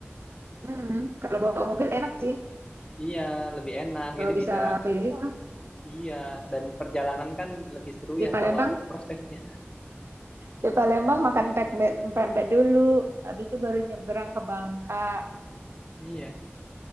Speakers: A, on the right; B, on the left.
A: Mm-mm. Kalau bawa mobil enak sih,
B: Iya, lebih enak. Jadi
A: Eh, bisa
B: bisa,
A: keliling lah.
B: iya. Dan perjalanan kan lebih seru
A: Di
B: ya
A: Palembang,
B: kalau ada prosesnya.
A: di Palembang makan pempek pempek dulu, habis itu baru nyebrang ke Bangka.
B: Iya.